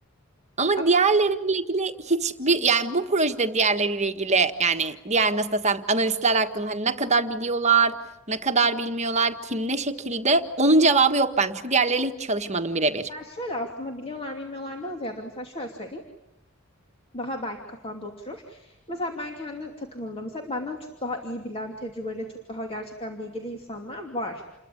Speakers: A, on the right (about 35°); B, on the left (about 30°).
A: Ama
B: Ama
A: diğerleriyle ilgili hiçbir yani bu projede diğerleriyle ilgili yani diğer nasıl desem analistler hakkında hani ne kadar biliyorlar, ne kadar bilmiyorlar, kim ne şekilde onun cevabı yok ben. Çünkü diğerleriyle hiç çalışmadım birebir.
B: yani şöyle aslında biliyorlar bilmiyorlardan ziyade mesela şöyle söyleyeyim. daha belki kafanda oturur. Mesela ben kendi takımımda mesela benden çok daha iyi bilen, tecrübeli, çok daha gerçekten bilgili insanlar var.